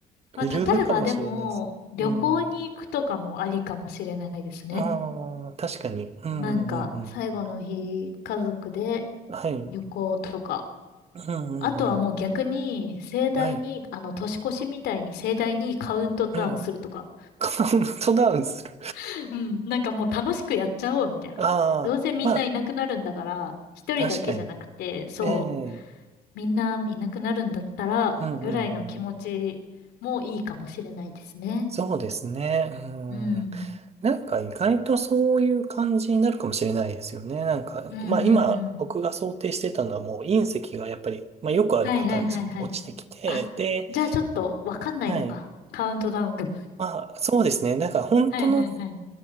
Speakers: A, on the left; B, on the right.
A: まあ、
B: いるかもしれないです。
A: 例えばでも、旅行に行くとかもありかもしれないですね。
B: うん。ああ、確かに。うんうんうん
A: なんか、最後の日、家族で
B: うん。はい。
A: 旅行とか。
B: うんうんうん。
A: あとはもう逆に、盛大に、
B: はい。
A: あの、年越しみたいに盛大にカウントダウンするとか。
B: ええ。<laughs> カウントダウンする。
A: <laughs> うん。なんかもう楽しくやっちゃおう、みたいな。
B: <laughs> ああ、
A: どうせみんないなくなるんだから、
B: まあ、
A: 一人だけじゃなくて、
B: 確かに。
A: そう、
B: ええ。
A: みんないなくなるんだったら、
B: うんうんうん。
A: ぐらいの気持ちもいいかもしれないですね。
B: そうですね。うん。
A: うん。
B: なんか意外とそういう感じになるかもしれないですよね。なんか、
A: うんうんうん。
B: まあ今僕が想定してたのはもう隕石がやっぱり、まあよくあるパターンですけど、
A: はいはいはいはい
B: 落ちてきて、
A: あ、
B: で、
A: じゃあちょっとわかんないのか。
B: はい。
A: カウントダウンが。
B: まあ、そうですね。だから本当の、
A: はいはいはい。